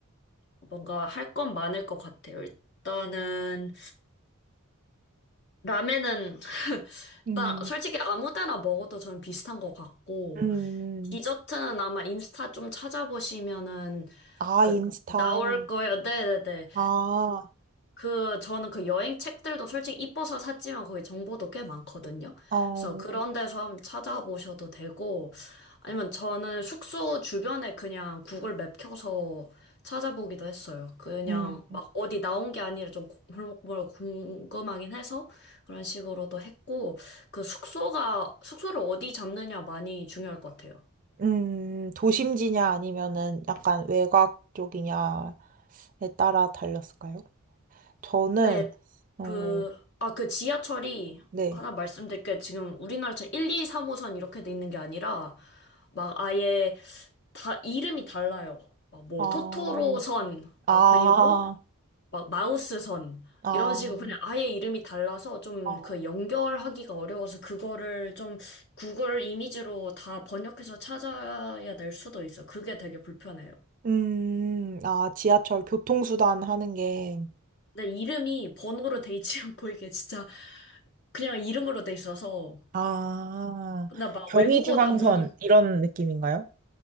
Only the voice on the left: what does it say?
뭔가 할 건 많을 것 같아요. 일단은 라멘은
일단 솔직히 아무 데나 먹어도 저는 비슷한 것 같고
디저트는 아마 인스타 좀 찾아보시면은
그
나올 거예요. 네네네.
그, 저는 그 여행 책들도 솔직히 이뻐서 샀지만 거기 정보도 꽤 많거든요.
그래서 그런 데서 한번 찾아보셔도 되고, 아니면 저는 숙소 주변에 그냥 구글 맵 켜서 찾아보기도 했어요. 그냥
막 어디 나온 게 아니라 좀 고- 골목골목 궁금하긴 해서 그런 식으로도 했고, 그 숙소가, 숙소를 어디 잡느냐 많이 중요할 것 같아요.
네,
그, 아, 그 지하철이
하나 말씀드릴 게 지금 우리나라처럼 1, 2, 3호선 이렇게 돼 있는 게 아니라 막 아예 다 이름이 달라요. 막 뭐
토토로선,
막 그리고 막 마우스선
이런 식으로 그냥 아예 이름이 달라서 좀
그 연결하기가 어려워서 그거를 좀 구글 이미지로 다 번역해서 찾아야 될 수도 있어. 그게 되게 불편해요.
근데 이름이 번호로 돼 있지 않고 이게 진짜 그냥 이름으로 돼 있어서
나 막
외국어다 보니